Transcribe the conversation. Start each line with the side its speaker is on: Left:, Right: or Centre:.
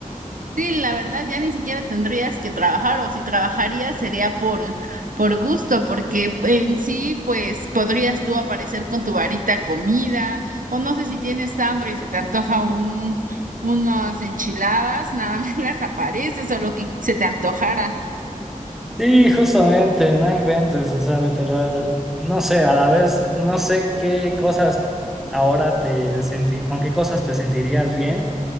Right: Sí, la verdad, ya ni siquiera tendrías que trabajar o si trabajarías sería por, por gusto, porque en sí, pues podrías tú aparecer con tu varita comida o no sé si tienes hambre y se te antoja un, unas enchiladas, nada más <laughs> las apareces o lo que se te antojara.
Centre: Sí, justamente, no inventes, o sea, literal, no sé, a la vez, no sé qué cosas ahora te sentí, con qué cosas te sentirías bien